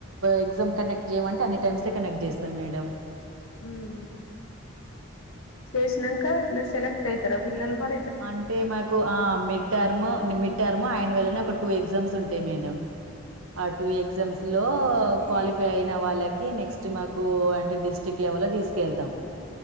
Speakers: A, on the right; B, on the left.
A: ఎగ్జామ్ కండక్ట్ చేయమంటే టెన్స్ ఏ కనెక్ట్ చేస్తాం మేడమ్
B: ఉమ్ చేస్తార ట్లా సెక్ట్ అయితార పిల్లలు మ
A: అంటే మాకు ఆ మిడ్ టర్మ్ టర్మ్ అనవల్ అని ఒక టూ ఎగ్జామ్స్ ఉంటాయి మేడమ్ ఆ టూ ఎగ్జామ్స్ లో క్వాలిఫై అయిన వాళ్ళకి నెక్స్ట్ మాకు అంటే డిస్టిక్ లెవెల్ లో తీసుకెళ్తాం